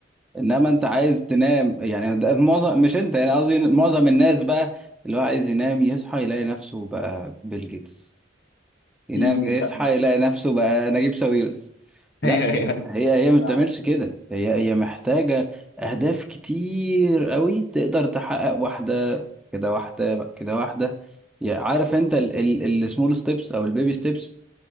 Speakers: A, in the centre; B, on the left.
A: انما انت عايز تنام يعني ده معظم مش انت يعني قصدي معظم الناس بقى اللي هو عايز ينام يصحى يلاقي نفسه بقى بيل جيتس ينام
B: امم
A: يصحى
B: فاهمك
A: يلاقي نفسه بقى نجيب ساويرس
B: <laughs>
A: لا
B: ايوه ايوه
A: هي هي ما بتعملش
B: أيوة.
A: كده هي هي محتاجة أهداف كتير قوي تقدر تحقق واحدة كده واحدة كده واحدة يا- عارف أنت السمول ستيبس أو البيبي ستيبس